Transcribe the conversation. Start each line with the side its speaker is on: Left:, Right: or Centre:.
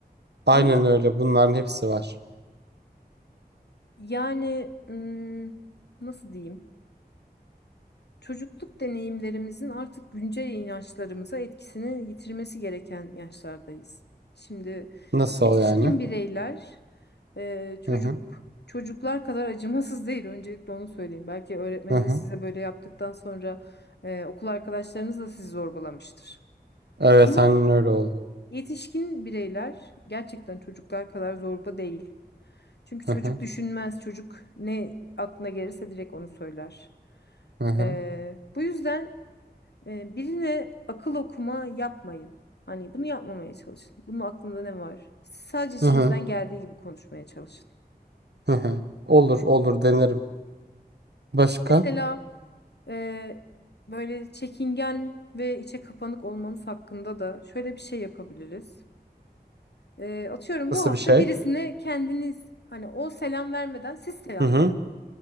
Right: Aynen
Left: Ama
Right: öyle. Bunların hepsi var.
Left: yani hmm, nasıl diyeyim? Çocukluk deneyimlerimizin artık güncel inançlarımıza etkisini yitirmesi gereken yaşlardayız. Şimdi
Right: Nasıl
Left: yetişkin
Right: yani?
Left: bireyler e, çocuk
Right: Hı hı.
Left: çocuklar kadar acımasız değil. Öncelikle onu söyleyeyim. Belki öğretmeniniz
Right: Hı hı.
Left: size böyle yaptıktan sonra e, okul arkadaşlarınız da sizi zorbalamıştır.
Right: Evet
Left: Ama
Right: aynen öyle oldu.
Left: yetişkin bireyler gerçekten çocuklar kadar zorba değil. Çünkü
Right: Hı
Left: çocuk
Right: hı.
Left: düşünmez. Çocuk ne aklına gelirse direkt onu söyler.
Right: Hı hı.
Left: E, bu yüzden. E, birine akıl okuma yapmayın. Hani bunu yapmamaya çalışın. Bunun aklında ne var? Siz sadece içinizden
Right: Hı hı.
Left: geldiği gibi konuşmaya çalışın.
Right: Hı hı. Olur olur denerim. Başka?
Left: Mesela e, böyle çekingen ve içe kapanık olmanız hakkında da şöyle bir şey yapabiliriz. E, atıyorum
Right: Nasıl
Left: bu hafta
Right: bir şey?
Left: birisine kendiniz hani o selam vermeden siz selam
Right: Hı hı.
Left: verin.